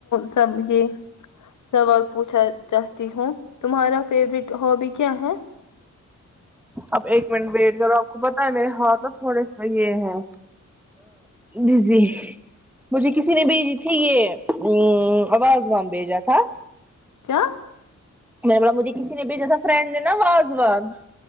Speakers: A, on the left; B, in the centre.
A: سب یہ سوال پوچھا چاہتی ہوں تمہارا فیورٹ ہابی کیا ہے
B: اب ایک منٹ ویٹ کرو آپ خو بت ا میرے ہاتھ ن تھوڑے یہ ہے بزی مجھے کسی نے بھیجی تھی یہ ا آواز وان بھیجا تھا
A: کیا
B: میں نے بو مجھے کسی نے بھیجا تھا فرینڈ نے نا وازوان